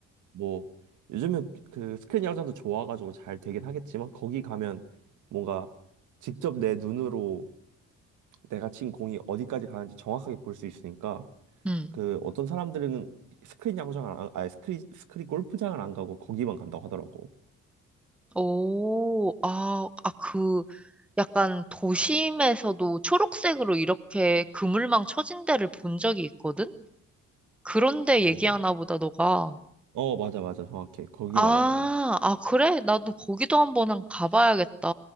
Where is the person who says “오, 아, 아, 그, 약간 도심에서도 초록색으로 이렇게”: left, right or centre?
Centre